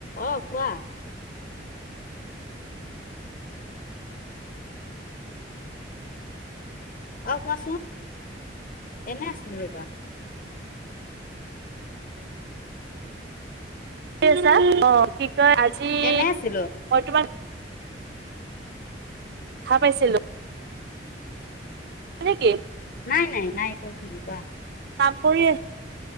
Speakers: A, on the left (about 50°); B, on the right (about 60°).
A: অহ কোৱা অ কোৱাচোন এনেই আছিলোঁ ৰবা
B: এনেই আছা কি আজি
A: এনে আছিলো
B: মই তোমাৰ খা পাইছিলো হয় নেকি
A: নাই নাই নাই একো নাই কোৱা
B: কাম কৰি